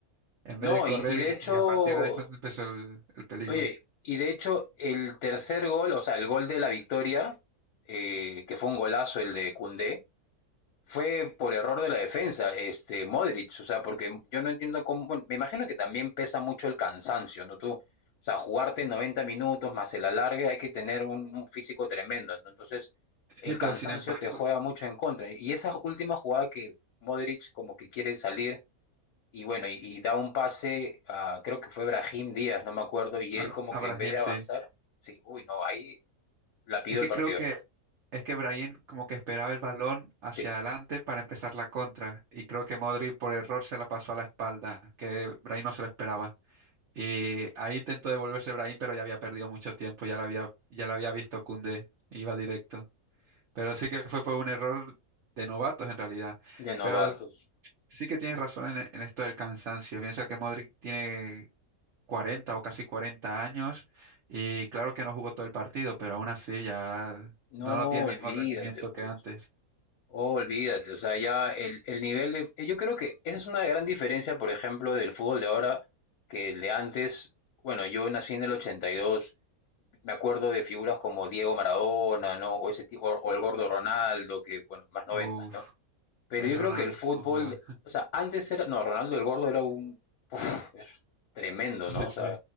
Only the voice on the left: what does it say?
No,
y, y de
hecho,
Oye, y de hecho, el tercer gol, o sea, el gol de la victoria, eh, que fue un golazo el de Cundé, fue por error de la defensa, este Modric, o sea, porque yo no entiendo cómo, bueno, me imagino que también pesa mucho el cansancio, ¿no? Tú, o sea, jugarte 90 minutos más el alargue, hay que tener un, un físico tremendo, ¿no? Entonces, el
cansancio
te juega mucho en contra. Y esa última jugada que Modric como que quiere salir y bueno, y, y da un pase a, creo que fue Brahim Díaz, no me acuerdo, y
él como
que
en vez de
avanzar, sí, uy, no, ahí la pido
el partido,
sí,
de novatos.
No,
olvídate,
pues,
olvídate, o sea, ya el, el nivel de... eh, Yo creo que esa es una gran diferencia, por ejemplo, del fútbol de ahora que el de antes. Bueno, yo nací en el 82, me acuerdo de figuras como Diego Maradona, ¿no? O, ese tipo, o, o el gordo Ronaldo, que, bueno, más
noventas ¿no? Pero
yo
creo que el fútbol,
o sea, antes era, no, Ronaldo el Gordo era un, uf, es tremendo,
¿no? O
sea,